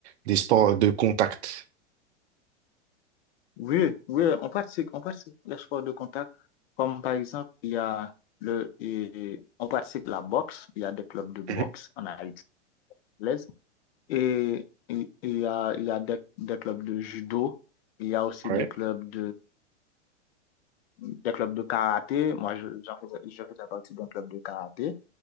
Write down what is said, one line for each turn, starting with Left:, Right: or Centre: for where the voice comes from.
Right: des sports de contact?
Left: Oui, oui, on pratique, on pratique les sports de contact. Comme par exemple, il y a le, et- on pratique la boxe. Il y a des clubs de boxe
Right: Mhm.
Left: en Haïti. anglaise. Et et- et il y a, il y a des, des clubs de judo, il y a aussi
Right: Ouais.
Left: des clubs de, des clubs de karaté. Moi, je, j'en faisais- je faisais partie d'un club de karaté.